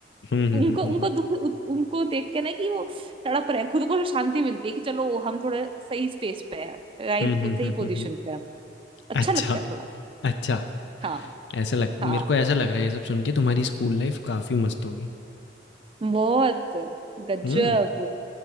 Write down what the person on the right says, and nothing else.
उनको
उनको
दुख उ- उनको देख के ना कि वो तड़प रहे हैं खुद को शांति मिलती है कि चलो हम थोड़े सही स्पेस पे है राइट
सही
पोजीशन
पे हैं हम अच्छा
लगता है थोड़ा
हाँ
हाँ
बहुत गजब